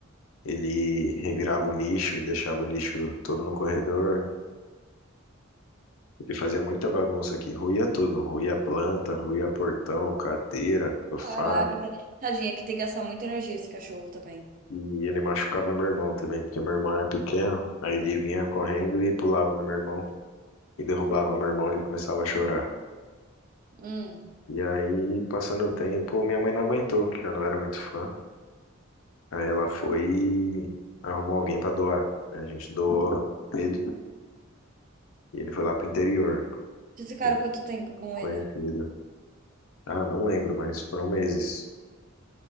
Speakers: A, on the left (about 75°); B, on the right (about 40°).
A: ele revirava o lixo e deixava o lixo todo no corredor. Ele fazia muita bagunça aqui, ruía tudo, ruía planta, ruía portão, cadeira, sofá.
B: Caraca, tá... tadinha, que tem que gastar muita energia esse cachorro também.
A: E ele machucava meu irmão também, porque meu irmão era pequeno. Aí ele vinha correndo e pulava no meu irmão e derrubava meu irmão, ele começava a chorar.
B: Hum.
A: E aí, passando o tempo, minha mãe não aguentou, que já não era muito fã. Aí ela foi e arrumou alguém pra doar. né? A gente doou ele e ele foi lá pro interior, pra
B: Vocês ficaram
A: um
B: quanto tempo com
A: conhecido.
B: ele?
A: Ah, não lembro, mas foram meses.